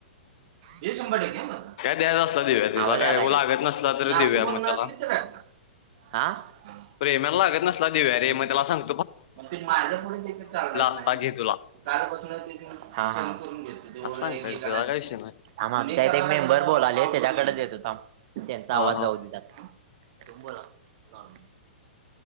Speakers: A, on the right (about 45°); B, on the left (about 50°).
A: हे शंभर टक्के माझा.
B: द्याय अस देऊ्या तिला
A: आवाज
B: काय
A: आलाय
B: लागत नसल तर
A: मी
B: देऊया
A: असं बोलणार
B: म त्याला.
A: की विचार राणार हा हा
B: प्रेम्याल लागत नसला देऊया रे
A: ठीक
B: म
A: आहे
B: त्याला सांग्
A: मग ते माझ्या पुुढे तेचं एक चालत नाय
B: आता
A: न
B: घे तुला.
A: कालपसनं तेनं सहन करून घेतो.
B: असं सांगता
A: <unintelligible>
B: येतंय त्याला काय विषय नाही
A: आम आमच्या इथ एक मेंबर बोलाले त्याच्याकडेच देतो थांब त्यांचा
B: हा
A: आवाज
B: हा
A: जाऊ देतात तुम बोला